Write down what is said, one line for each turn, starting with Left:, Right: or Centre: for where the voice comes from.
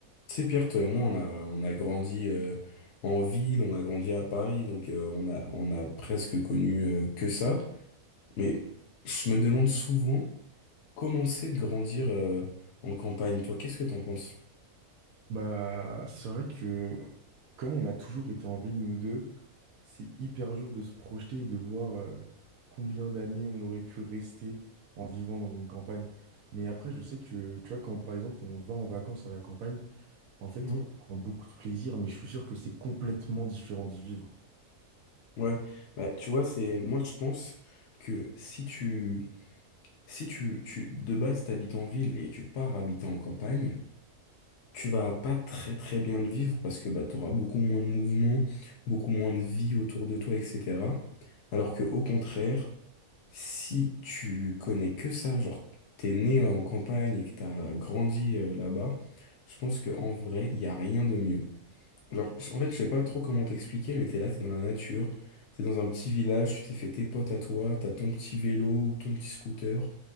Left: C'est Pierre, toi et moi, on a, on a grandi euh, en ville, on a grandi à Paris, donc euh, on a, on a presque connu euh, que ça. Mais je me demande souvent comment c'est de grandir euh, en campagne. Toi, qu'est-ce que t'en penses?
Right: Bah, c'est vrai que comme on a toujours été en ville, nous deux, c'est hyper dur de se projeter et de voir euh, combien d'années on aurait pu rester en vivant dans une campagne. Mais après, je sais que, tu vois, quand par exemple on va en vacances à la campagne, en fait,
Left: Mhm.
Right: on prend beaucoup de plaisir, mais je suis sûr que c'est complètement différent d'y vivre.
Left: Ouais, bah, tu vois, c'est moi je pense que si tu si tu, tu de base t'habites en ville et tu pars habiter en campagne, tu vas pas très très bien le vivre parce que bah, tu auras beaucoup moins de mouvement, beaucoup moins de vie autour de toi, etc. Alors que au contraire, si tu connais que ça, genre t'es né euh, en campagne et que t'as grandi euh, là-bas, je pense que en vrai, il y a rien de mieux. Genre, en fait, je sais pas trop comment t'expliquer, mais t'es là, t'es dans la nature, t'es dans un petit village, tu t'es fait tes potes à toi, t'as ton petit vélo ou ton petit scooter.